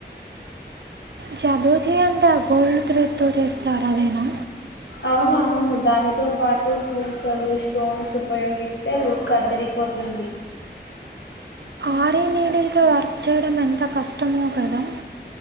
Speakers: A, on the right; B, on the left.
A: జాదోజి అంటే గోల్డ్ త్రేడ్తో చేస్తారు అదేనా
B: అవును అవును దానితో పాటు పూసలు స్టోన్స్ ఉపయోగిస్తే లుక్ అదిరిపోతుంది
A: ఆరే నీడిలతో వర్క్ చేయడం ఎంత కష్టమో కదా